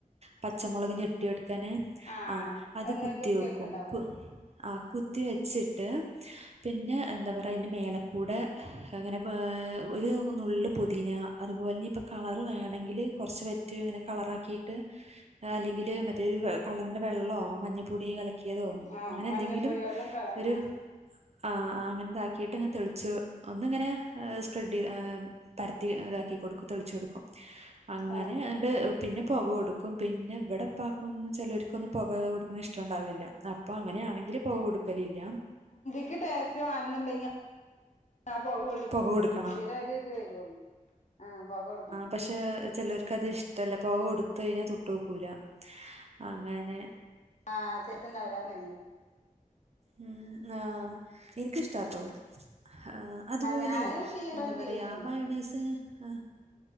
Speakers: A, on the right (about 50°); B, on the left (about 55°).
A: പച്ചമൊളക് ഞെട്ടിഓട്ക്കനെ
B: ആഹ്
A: ആ അത്
B: അത്ങ്ങനെ
A: കുത്തി
B: കുത്തിവെക്ക്ണ്ടാവും
A: വെക്കും പ്പ് ആഹ് കുത്തി വെച്ട്ട് പിന്നെ ന്താ പറയ അയ്ന്റെ മേലക്കൂടെ ങ്ങനെ ഒരു നുള്ള് പൊതീന അത്പോലെ ഞ്ഞിപ്പ കളറ് വേണങ്കില് കൊർച്ച് വറ്റ് ങ്ങനെ കളറാക്കിട്ട് അല്ലങ്കില്
B: ഉം
A: മറ്റേ കളർന്റെ വെള്ളോ മഞ്ഞപ്പൊടിയു കല ക്ക്യേതോ
B: ആഹ്
A: ങ്ങനെ
B: മഞ്ഞപ്പൊടി
A: ന്തെങ്കിലും
B: വെള്ളം കളർ
A: ഒര്
B: ആഹ്
A: ആഹ് ആഹ് അങ്ങൻതാക്കിട്ട് ങ്ങൻ തെൾച്ചു ഒന്നിങ്ങനെ സ്പ്രെഡീത് പരത്തി താക്കി കൊടുക് തെൽച്ചോട്ക്കും അങ്ങനെ
B: ആഹ്
A: ട് പിന്നെ പൊക കൊട്ക്കും പിന്നെ വടെ പ്പാക്കും ചെലോര്ക്കൊന്നും പൊക കൊടുക്കണ ഷ്ട്ട ട്ടണ്ടാവില്ല അപ്പൊ അങ്ങനാണെങ്കില് പോകൊട്ക്കലില്ല
B: ഇക്ക് ടേസ്റ്റ് വാണന്ന്ണ്ടെങ്കിൽ ഞ്ഞാൻ പോവൊള്ള
A: പുക കൊടുക്കണം
B: ഇൻ്റെലയ്ൻ്റിത് വരുവള്ളു ആ ഇപ്പാകൊട്ക്കാം.
A: പക്ഷെ ചിലർക്കത് ഇഷ്ടല്ല പൊക കൊടുത്ത കഴിഞ്ഞാ തൊട്ടോക്കൂല അങ്ങനെ.
B: ആഹ് ചെത്തുണ്ടാവില്ല അനല്ലേ.
A: ഉം ആഹ് ഇൻക്കിഷ്ട്ടാട്ടോ ആഹ്. അതുപോലെയ്
B: ഞാനും ചെയ്യുമ്പോഴും
A: എന്ത പറയാ
B: ചെയ്യലുണ്ട്
A: മയൊണൈസ് ആ.